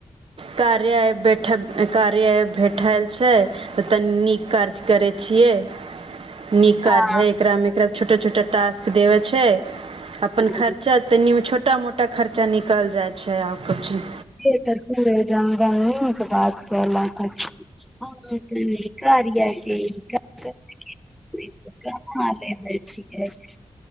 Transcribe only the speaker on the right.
कार्य आइ बैठब कार्या आइ भेठाइल छै तऽ तनी नीक कार्य करै छियै नीक
कारज है एकरा में एकरा छोटा छोटा टास्क देवै छै अपन
खर्चा त छ मोटा मोटा खर्च- -चा निकल जाइ छै आओर कछु